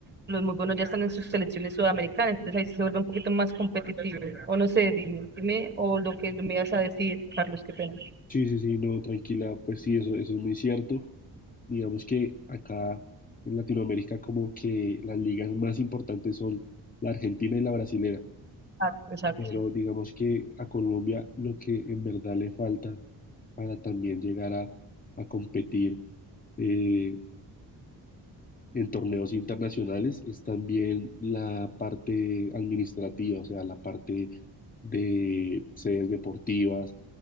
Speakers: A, on the right; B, on the left.
A: los muy buenos ya están en sus selecciones sudamericanas, entonces ahí sí se vuelve un poquito más competitivo. O no sé, dime, dime, o lo que me ibas a decir, Carlos, qué pena.
B: Sí, sí, sí, no, tranquila, pues sí, eso, eso es muy cierto. Digamos que acá en Latinoamérica como que las ligas más importantes son la Argentina y la brasilera.
A: Ah, exacto.
B: pero digamos que a Colombia lo que en verdad le falta para también llegar a, a competir eh, en torneos internacionales es también la parte administrativa, o sea, la parte de sedes deportivas